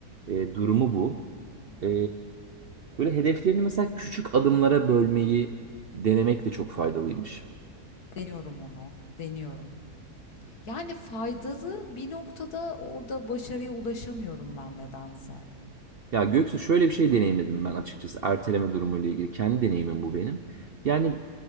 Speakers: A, on the right (about 50°); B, on the left (about 70°).
A: e, durumu bu. E, Böyle hedeflerini mesela küçük adımlara bölmeyi denemek de çok faydalıymış.
B: Deniyorum onu. Deniyorum. Yani faydalı bir noktada orada başarıya ulaşamıyorum ben nedense.
A: Ya Göksu şöyle bir şey deneyimledim ben açıkçası erteleme durumuyla ilgili. Kendi deneyimim bu benim. Yani